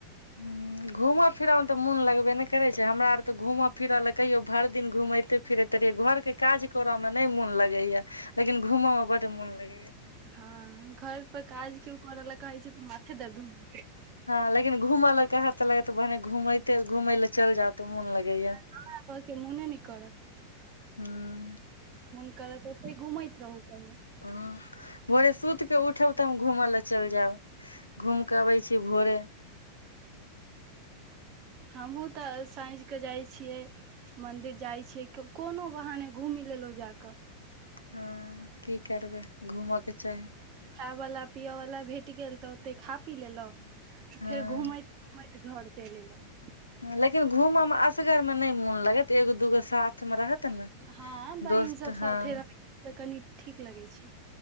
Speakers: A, on the left (about 85°); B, on the right (about 35°).
A: हूँ। घूमय फिरऽ मे तऽ मोन लगबे नहि करै छै हमरा आर तऽ घूमऽ फिरऽ लऽ कहियो भरि दिन घुमते फिरैत रहियै घर के काज करऽ मे नहि मन लगेया लेकिन घूमय मे बड मोन लगेया।
B: हँ घर पर काज केओ करऽ लए कहै छै तऽ माथे दर्द हो
A: हँ लेकिन घूम ल कहते लग बहने घूमेते घूमे ले चल जा तऽ मोन लगेया।
B: खाना खाके मोने नहि करत।
A: हूँ
B: फोन करत ओते घुमैत रहू कही।
A: ह भोरे सुति कऽ उठब तऽ हम घूमय लए चलि जायब। घूमि कऽ अबै छी भोरे।
B: हमहूँ तऽ साँझ कऽ जाइत छियै। मंदिर जाइ छीये कोनो बहने घूमी लेलो जाके।
A: हँ की करबै घूमऽके चाही।
B: खाय बाला पिय वाला भेट गेल तऽ ओते खा पी लेलहु।
A: हँ
B: फेर घुमैत घूमैत घर चलि एयलहुँ।
A: लेकिन घूम में असगर मे न मोन लगत एगो दूगो साथ <unintelligible> मे रहत ने
B: हँ बहिन
A: दोस्त
B: सब
A: हँ।
B: साथे रह तऽ कनि ठीक लगै छै